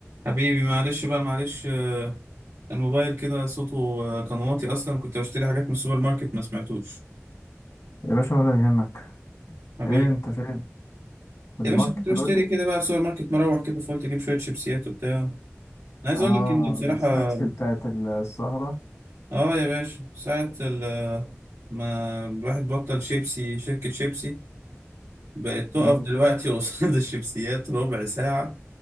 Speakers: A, on the right; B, on the left.
A: حبيبي معلش بقى معلش آه، الموبايل كده صوته آه، كان واطي اصلا كنت بشتري حاجات من السوبر ماركت ما سمعتوش
B: يا باشا ولا يهمك
A: حبيبي
B: ايه انت فين في الماركت
A: يا باشا كنت بشتري
B: دلوقتي
A: كده بقى في السوبر ماركت مروح كده فقلت اجيب شويه شيبسيات وبتاع انا عايز
B: اه
A: اقول لك ان بصراحه
B: السناكس بتاعت السهرة
A: اه يا باشا ساعه ال- ما الواحد بطل شيبسي شركه شيبسي بقت تقف
B: في-
A: دلوقتي <laughs> قصاد الشيبسيات ربع ساعه